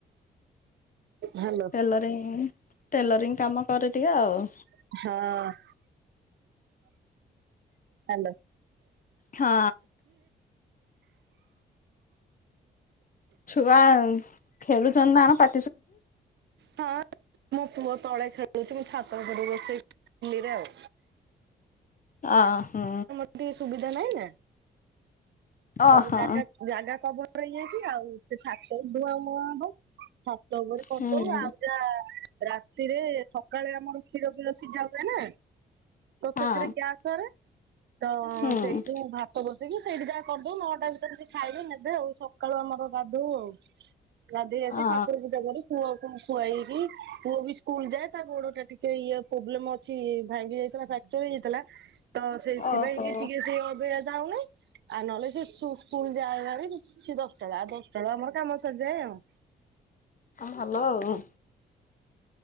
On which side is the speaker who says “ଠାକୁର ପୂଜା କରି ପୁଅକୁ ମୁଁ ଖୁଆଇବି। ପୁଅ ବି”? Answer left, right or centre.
Right